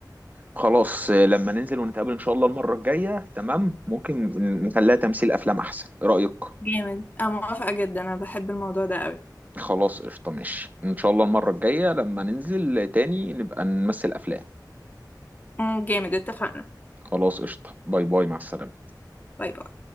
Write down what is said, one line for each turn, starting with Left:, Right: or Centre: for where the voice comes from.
Right: خلاص آه، لما ننزل ونتقابل ان شاء الله المرة الجاية تمام ممكن نخليها تمثيل افلام احسن ايه رأيك
Left: جامد انا موافقة جدا انا بحب الموضوع ده قوي
Right: خلاص قشطة ماشي ان شاء الله المرة الجاية لما ننزل تاني نبقى نمثل افلام
Left: أمم، جامد اتفقنا
Right: خلاص قشطة باي باي مع السلامة
Left: باي باي